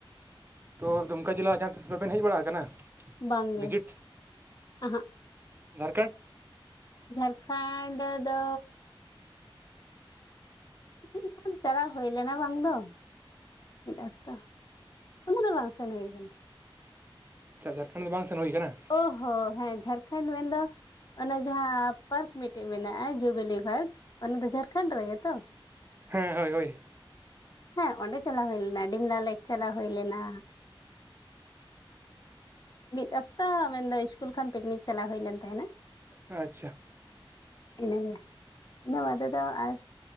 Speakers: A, on the right; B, on the left.
A: ᱛᱳ ᱫᱩᱢᱠᱟ ᱡᱮᱞᱟ ᱡᱟᱦᱟᱸ ᱛᱤᱥ ᱵᱟᱵᱮᱱ ᱦᱮᱡᱽ ᱵᱟᱲᱟᱣ ᱠᱟᱱᱟ,
B: ᱵᱟᱝᱜᱮ
A: ᱵᱷᱤᱡᱤᱴ?
B: ᱟᱦᱟᱸᱜ
A: ᱡᱷᱟᱲᱠᱷᱚᱸᱱᱰ᱾
B: ᱡᱷᱟᱲᱠᱷᱟᱱᱰ ᱫᱚᱻ ᱡᱟᱹᱱᱤᱡ ᱠᱷᱟᱱ ᱪᱟᱞᱟᱣ ᱦᱳᱭ ᱞᱮᱱᱟ ᱵᱟᱝ ᱫᱚ᱾ ᱢᱤᱫ ᱚᱠᱛᱚ, ᱩᱱᱟᱹᱜ ᱫᱚ ᱵᱟᱝ ᱥᱮᱱ ᱦᱩᱭ ᱠᱟᱱᱟ᱾
A: ᱟᱪᱪᱷᱟ ᱡᱷᱟᱨᱠᱷᱚᱸᱰ ᱫᱚ ᱵᱟᱝ ᱥᱮᱱ ᱦᱩᱭ ᱠᱟᱱᱟ᱾
B: ᱚ ᱦᱚᱸ ᱦᱮᱸ ᱡᱷᱟᱲᱠᱷᱚᱱᱰ ᱢᱮᱱᱫᱚ ᱚᱱᱟ ᱡᱟᱦᱟᱸ ᱯᱟᱨᱠ ᱢᱤᱫᱴᱮᱡ ᱢᱮᱱᱟᱜᱼᱟ, ᱡᱩᱵᱮᱞᱤ ᱯᱟᱨᱠ ᱚᱱᱟ ᱫᱚ ᱡᱷᱟᱲᱠᱷᱚᱸᱰ ᱨᱮᱜᱮ ᱛᱚ᱾
A: ᱦᱮᱸ, ᱦᱳᱭ ᱦᱳᱭ
B: ᱦᱮᱸ ᱚᱸᱰᱮ ᱪᱟᱞᱟᱣ ᱦᱳᱭ ᱞᱮᱱᱟ, ᱰᱤᱢᱞᱟ ᱞᱮ ᱪᱟᱞᱟᱣ ᱦᱳᱭ ᱞᱮᱱᱟ᱾ ᱢᱤᱫ ᱚᱠᱛᱚ ᱢᱮᱱᱫᱚ ᱤᱥᱠᱩᱞ ᱠᱷᱚᱱ, ᱯᱤᱠᱱᱤᱠ ᱪᱟᱞᱟᱣ ᱦᱳᱭ ᱞᱮᱱ ᱛᱟᱦᱮᱱᱟ᱾
A: ᱟᱪᱪᱷᱟ,
B: ᱤᱱᱟᱹᱜᱮ᱾ ᱤᱱᱟᱹ ᱵᱟᱫᱮ ᱫᱚ ᱟᱨ,